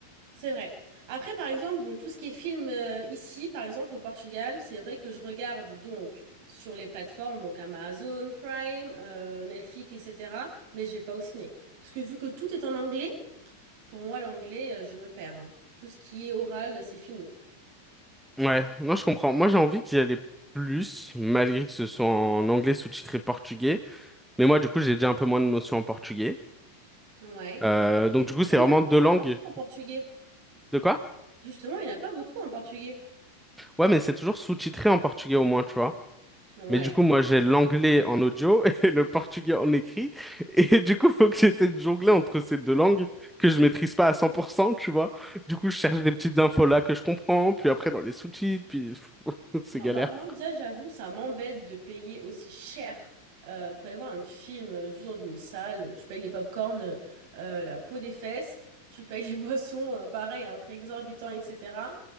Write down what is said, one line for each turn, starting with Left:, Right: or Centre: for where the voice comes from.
Right: C'est vrai. Après, par exemple, bon, tout ce qui est film euh, ici, par exemple au Portugal, c'est vrai que je regarde donc sur les plateformes, donc Amazon Prime, euh, Netflix, etc. Mais je vais pas au ciné. Parce que vu que tout est en anglais, pour moi, l'anglais, euh, je me perds. hein. Tout ce qui est oral, euh, c'est fini.
Centre: Ouais, non, je comprends. Moi, j'ai envie d'y aller plus, malgré que ce soit en anglais sous-titré portugais. Mais moi, du coup, j'ai déjà un peu moins de notions en portugais.
Right: Ouais.
Centre: Euh, donc
Right: Et
Centre: du
Right: justement,
Centre: coup, c'est vraiment deux
Right: il n'y a
Centre: langues.
Right: pas beaucoup en portugais.
Centre: De quoi?
Right: Justement, il n'y en a pas beaucoup en portugais.
Centre: Ouais, mais c'est toujours sous-titré en portugais au moins, tu vois.
Right: Ouais.
Centre: Mais du coup, moi, j'ai l'anglais en audio <laughs> et le portugais en écrit. Et du coup, faut que j'essaie de jongler entre ces deux langues que je maîtrise pas à 100%, tu vois. Du coup, je cherche des petites infos là que je comprends, puis après dans les sous-titres, puis <laughs> c'est
Right: Non,
Centre: galère.
Right: bah moi déjà j'avoue ça m'embête de payer aussi cher euh, pour aller voir un film euh, juste dans une salle. Tu payes les pop-corn, euh, la peau des fesses, tu payes les <laughs> boissons, euh, pareil, à un prix exorbitant, etc.